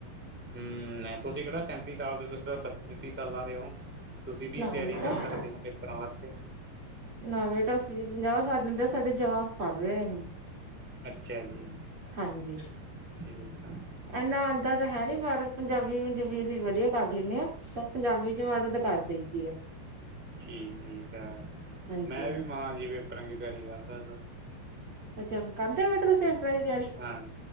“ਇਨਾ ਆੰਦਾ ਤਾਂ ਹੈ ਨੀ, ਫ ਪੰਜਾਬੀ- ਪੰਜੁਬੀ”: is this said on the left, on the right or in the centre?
Right